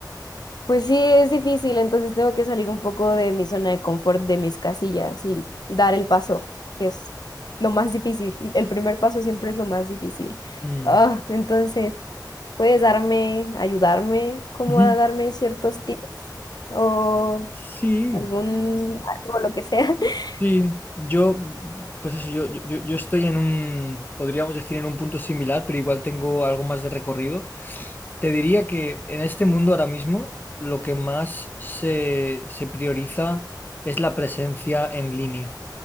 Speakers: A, on the left (about 65°); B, on the left (about 25°).
A: pues sí, es difícil, entonces tengo que salir un poco de mi zona de confort, de mis casillas y dar el paso, que es lo más difícil. El primer paso siempre es lo más difícil.
B: mm.
A: Ah, entonces, ¿puedes darme, ayudarme, como
B: Ujú.
A: a darme ciertos tips o
B: Sí,
A: algún algo, lo que sea? <laughs>
B: sí, yo, pues eso, yo, yo, yo estoy en un, podríamos decir, en un punto similar, pero igual tengo algo más de recorrido. Te diría que en este mundo ahora mismo lo que más se, se prioriza es la presencia en línea.